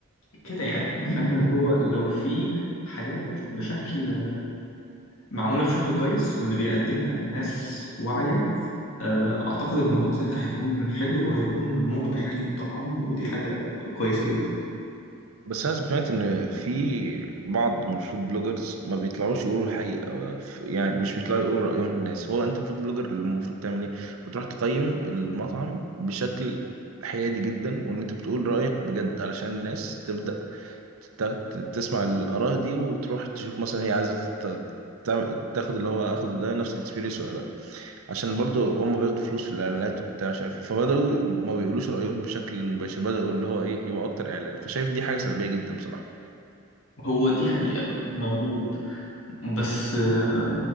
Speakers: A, on the left; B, on the right.
A: كده يعني فاهم اللي هو لو في حاجات بشكل معمولة بشكل كويس واللي بيقدمها ناس واعية آه، أعتقد الموضوع ساعتها هيكون حلو وهيكون مربح ليهم طبعا ودي حاجة كويسة جدا
B: بس انا سمعت ان في بعض من الفود بلوجرز ما بيطلعوش يقولوا الحقيقة ف- يعني مش بيطلعوا يقولوا رأيهم للناس هو انت فود بلوجر المفروض تعمل ايه بتروح تقيم المطعم بشكل حيادي جدا وان انت بتقول رأيك بجد علشان الناس تبدأ تت- تسمع الآراء دي وتروح تشوف مثلا هي عايزة تت- تعمل- تاخد اللي هو اخده ده نفس الاكسبيرينس ولا لا عشان برضه هم بياخدوا فلوس في الاعلانات وبتاع مش عارف ايه فبداوا ما بيقولوش رأيهم بشكل مباشر بداوا اللي هو ايه يبقى اكتر اعلان فشايف دي حاجة سلبية جدا بصراحة
A: هو دي حقيقة موجود بس آه،